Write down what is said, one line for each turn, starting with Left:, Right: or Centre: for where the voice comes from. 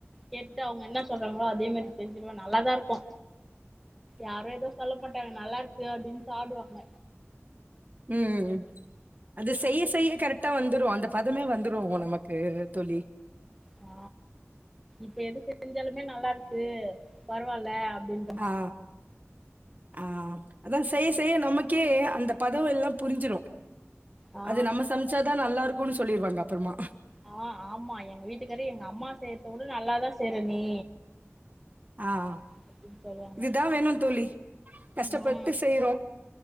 Centre: கேட்டு அவுங்க என்னா சொல்றாங்ளோ அதே மாரி செ இல்ல நல்லாதா இருக்கு யாரோ ஏதோ சொல்ல மாட்டாங்க நல்லா இருக்கு அப்டினு சாப்டுவாங்க
Right: உம் அது செய்ய செய்ய கரெக்டா வந்துரு அந்த பதமே வந்துரு நமக்கு தோழி
Centre: ஆ இப்ப எது செஞ்சாலு இன்னு நல்லா இருக்கு பரவால்ல அப்டின்றாங்க
Right: ஆ, ஆ அதா செய்ய செய்ய நமக்கே அந்த பதோ எல்லா புரிஞ்சிரு
Centre: ஆ
Right: அது நம்ம சமச்சாதா நல்லா இருக்கு உப்புனு சொல்லிருவாங்க அப்றமா
Centre: ஆ ஆமா எங்க வீட்டுக்காரு எங்க அம்மா செய்றதவுட நல்லாதா செற நீ
Right: ஆ ஆ
Centre: அப்டின்னு சொல்லுவாங்க
Right: இதுதா வேணு தோழி கஷ்டப்பட்டு
Centre: ம்
Right: செய்றோ